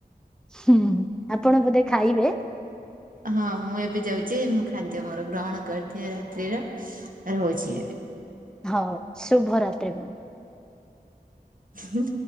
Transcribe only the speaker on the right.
ହଁ ମୁଁ ଏବେ ଯାଉଚି ମୁଁ ଖାଦ୍ୟ ମୋର ଗ୍ରହଣ କରିଦିଏ ରାତ୍ରିର। ରହୁଚି ଏବେ।
ହୁଁ।